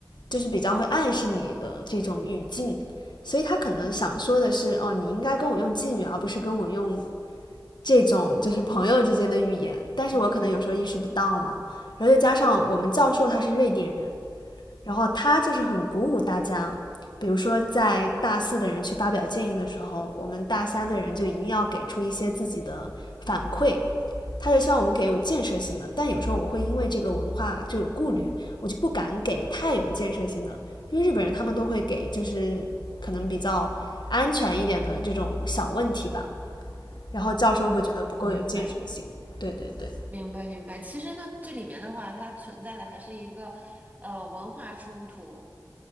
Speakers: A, on the left; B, on the right.
A: 就是比较会暗示你的这种语境，所以他可能想说的是：“哦，你应该跟我用敬语，而不是跟我用这种就是朋友之间的语言。”但是我可能有时候意识不到嘛。然后再加上我们教授他是瑞典人，然后他就是很鼓舞大家，比如说在大四的人去发表建议的时候，我们大三的人就一定要给出一些自己的反馈。他就希望我们给有建设性的，但有时候我会因为这个文化就有顾虑，我就不敢给太有建设性的，因为日本人他们都会给就是可能比较安全一点的这种小问题吧，然后教授会觉得不够有建设性。
B: 嗯，明白
A: 对对对，
B: 明白明白。其实呢，这里面的话，它存在的还是一个呃文化冲突，